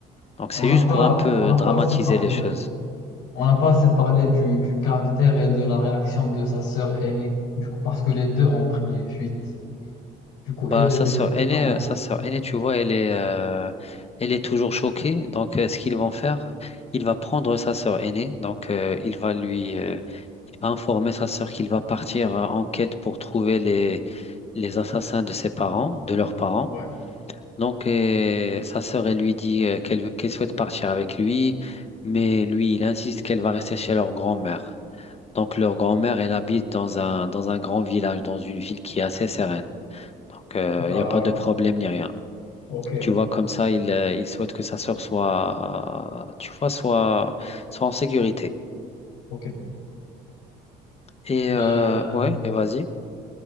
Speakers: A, on the left; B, on the left.
A: Donc c'est
B: On n'a
A: juste
B: pas,
A: pour un peu
B: on n'a
A: dramatiser
B: pas assez parlé,
A: les choses.
B: euh, on n'a pas assez parlé du, du caractère et de la réaction de sa sœur aînée, du coup, parce que les deux ont pris fuite. Du coup,
A: Bah,
B: elle,
A: sa sœur
B: elle était
A: aînée,
B: comment?
A: euh, sa sœur aînée, tu vois, elle est, euh, elle est toujours choquée. Donc, euh, ce qu'ils vont faire, il va prendre sa sœur aînée. Donc, euh, il va lui euh, il va informer sa sœur qu'il va partir euh, en quête pour trouver les, les assassins de ses parents, de leurs parents.
B: Ouais,
A: Donc, euh, sa sœur, elle lui dit euh, qu'elle qu'elle souhaite partir avec lui, mais lui, il insiste qu'elle va rester chez leur grand-mère. Donc, leur grand-mère, elle habite dans un, dans un grand village, dans une ville qui est assez sereine. Donc, euh,
B: d'accord.
A: il n'y a pas de problème ni rien.
B: Ok.
A: Tu vois, comme ça, il, euh, il souhaite que sa sœur soit, euh, tu vois, soit, soit en sécurité.
B: Ok.
A: Et, euh,
B: Euh,
A: ouais, et vas-y.